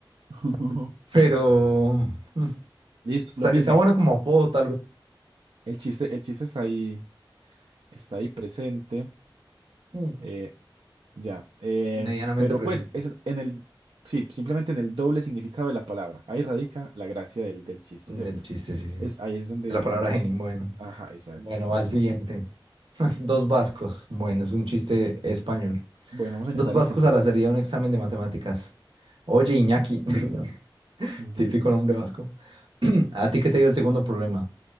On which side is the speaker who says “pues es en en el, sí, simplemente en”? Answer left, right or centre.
Right